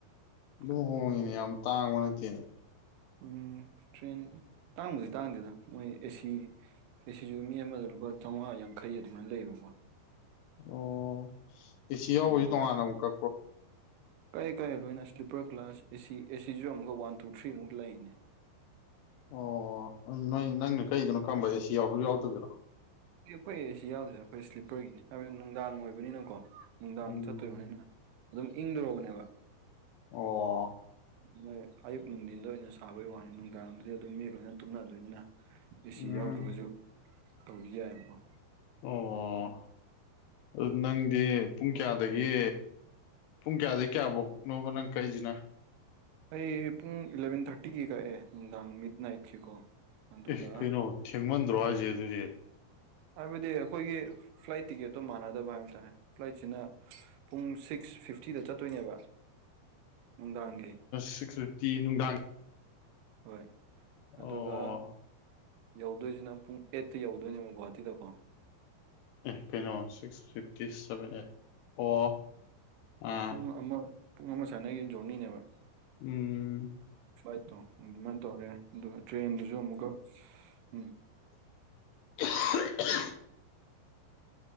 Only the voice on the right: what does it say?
ꯀꯩꯅꯣꯗꯒꯤ
ꯎꯝ ꯇ꯭ꯔꯦꯟ ꯇꯥꯡꯕꯨꯗꯤ ꯇꯥꯡꯗꯦꯗ ꯃꯣꯏ ꯑꯦꯁꯤ ꯑꯦꯁꯤꯁꯨꯒ ꯃꯤ ꯑꯃꯗ ꯂꯨꯄꯥ ꯆꯥꯝꯃꯉꯥ ꯌꯥꯡꯈꯩ ꯑꯗꯨꯃꯥꯏꯅ ꯂꯩꯌꯦꯕꯀꯣ
ꯑꯗꯨꯃꯥꯏꯅ
ꯇꯧꯔ
ꯀꯥꯏ ꯀꯥꯏ ꯂꯣꯏꯅ ꯁ꯭ꯂꯤꯄꯔ ꯀ꯭ꯂꯒ꯭ꯂꯥꯁ ꯑꯦꯁꯤ ꯑꯦꯁꯤꯁꯨ ꯑꯃꯨꯛꯀ ꯋꯥꯟ ꯇꯨ ꯊ꯭ꯔꯤ ꯑꯃꯨꯛ ꯂꯩꯅꯤ
ꯑꯩ ꯑꯩꯈꯣꯏ ꯑꯩꯁꯤ ꯌꯥꯎꯗ꯭ꯔꯦ ꯑꯩꯈꯣꯏ ꯁ꯭ꯂꯤꯞꯄꯔꯒꯤꯅꯤ ꯍꯥꯏꯕ ꯅꯨꯡꯗꯥꯡ ꯑꯣꯏꯕꯅꯤꯅꯀꯣ ꯅꯨꯡꯗꯥꯡ
ꯆꯠꯇꯣꯔꯤꯕꯅꯤꯅ ꯑꯗꯨꯝ ꯏꯪꯗꯔꯕꯅꯦꯕ
ꯃꯣꯏ ꯑꯌꯨꯛ ꯅꯨꯡꯊꯤꯟꯗ ꯑꯣꯏꯅ ꯁꯥꯕꯩ ꯋꯥꯅꯤ ꯅꯨꯡꯗꯥꯡꯗꯗꯤ ꯑꯗꯨꯝ ꯃꯤ ꯂꯣꯏꯅ ꯇꯨꯝꯅꯗꯣꯏꯅꯤꯅ ꯑꯦ
ꯁꯤ ꯌꯥꯎꯗ꯭ꯔꯒꯁꯨ ꯇꯧꯕꯗꯤ ꯌꯥꯏꯑꯕꯀꯣ
ꯑꯩ ꯄꯨꯡ ꯏꯂꯚꯦꯟ ꯊꯥꯔꯇꯤꯒꯤ ꯀꯛꯑꯦ ꯅꯨꯡꯗꯥꯡ ꯃꯤꯠ ꯅꯥꯏꯠꯀꯤꯀꯣ ꯑꯗꯨꯒ
ꯍꯥꯏꯕꯗꯤ ꯑꯩꯈꯣꯏꯒꯤ ꯐ꯭ꯂꯥꯏꯠ ꯇꯤꯛꯀꯦꯠꯇꯣ ꯃꯥꯟꯅꯗꯕ ꯍꯥꯏꯕ ꯇꯥꯔꯦ ꯐ꯭ꯂꯥꯏꯠꯁꯤꯅ ꯄꯨꯡ ꯁꯤꯛꯁ ꯐꯤ ꯐꯤꯐꯇꯤꯗ ꯆꯠꯇꯣꯏꯅꯦꯕ ꯅꯨꯡꯗꯥꯡꯒꯤ
ꯍꯣꯏ ꯑꯗꯨꯒ
ꯌꯧꯗꯣꯏꯁꯤꯅ ꯄꯨꯡ ꯑꯩꯠꯇ ꯌꯧꯗꯣꯏꯅꯦꯕ ꯒꯨꯍꯥꯇꯤꯗꯀꯣ
ꯄꯨꯡ ꯑꯃ ꯄꯨꯡ ꯑꯃ ꯁꯥꯟꯅꯒꯤ ꯖꯣꯔꯅꯤꯅꯦꯕ
ꯐ꯭ꯂꯥꯏꯠꯇꯣ ꯑꯗꯨꯃꯥꯏꯅ ꯇꯧꯔꯦ ꯑꯗꯨꯒ ꯇ꯭ꯔꯦꯟꯗꯨꯁꯨ ꯑꯃꯨꯛꯀ ꯎꯝ